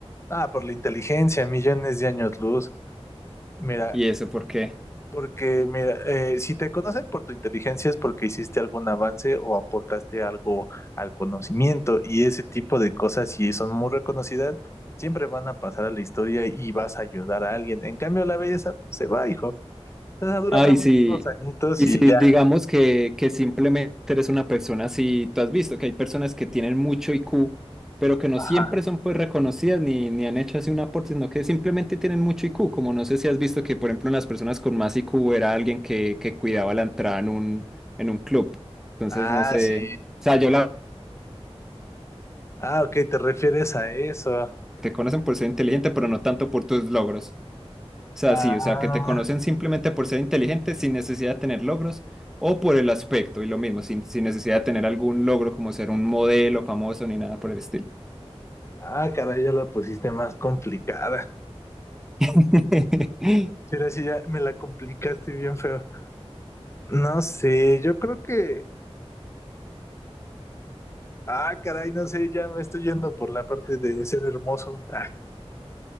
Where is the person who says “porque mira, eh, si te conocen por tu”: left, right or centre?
Left